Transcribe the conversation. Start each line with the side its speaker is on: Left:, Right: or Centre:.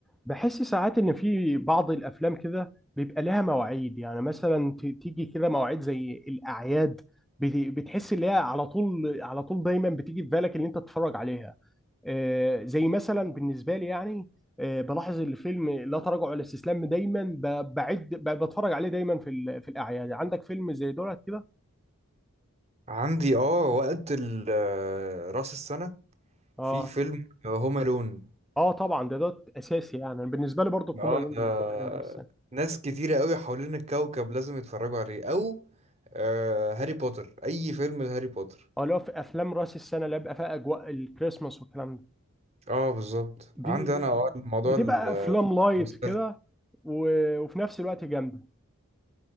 Centre: بحس ساعات ان في بعض الافلام كده بيبقى لها مواعيد يعني مثلا ت- تيجي كده مواعيد زي الاعياد بت- بتحس ان هي على طول على طول دايما بتيجي في بالك ان انت تتفرج عليها آه، زي مثلا بالنسبه لي يعني آه، بلاحظ الفيلم لا تراجع ولا استسلام دايما ب- بعد ب- بتفرج عليه دايما في ال- في الاعياد عندك فيلم زي دولت كده
Right: عندي اه وقت ال- آه، راس السنة
Centre: اه
Right: في فيلم هوم الون
Centre: اه طبعا ده ده اساسي يعني بالنسبه لي برضو
Right: اه
Centre: هما لون
Right: ده
Centre: حاجه زي راس السنه
Right: ناس كتيرة قوي حوالين الكوكب لازم يتفرجوا عليه او آه هاري بوتر اي فيلم لهاري بوتر
Centre: اه اللي هو في افلام راس السنه اللي بيبقى فيها اجواء الكريسماس والكلام ده
Right: اه بالظبط
Centre: ب-
Right: عندي انا اه الموضوع
Centre: بتبقى
Right: ال-
Centre: افلام لايت
Right: المستلزم
Centre: كده و- وفي نفس الوقت جامده